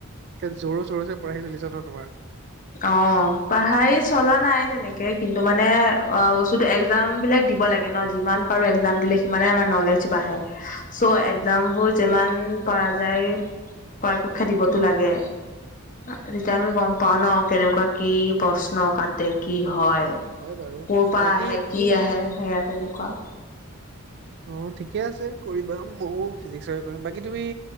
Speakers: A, on the right (about 50°); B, on the left (about 40°).
A: এ জৰুৰ চৰুৰ চে পঢ়াই ছলিছে ন তোমাৰ?
B: অ পঢ়াই চলা নাই তেনেকে কিন্তু মানে অ বস্তুতটো একজাম বিলাক দিব লাগে ন, যিমান পাৰো এক্জাম দিলে সিমানে আমাৰ নলেজ বাঢ়ে। চ' এক্জাম
A: উম
B: বোৰ যিমান পৰা যায় পৰাপক্ষে দিবতো লাগে। তেতিয়া আমি গম পাও ন কেনেকুৱা কি প্ৰশ্ন কাটে কি হয়।
A: হয় বাৰু
B: ক পৰা
A: বাকী
B: আহে কি আহে সেয়া তেনেকুৱা।
A: অ ঠিকে আছে কৰিবা ময়ো ফিজিক্সৰে কৰিম। বাকী তুমি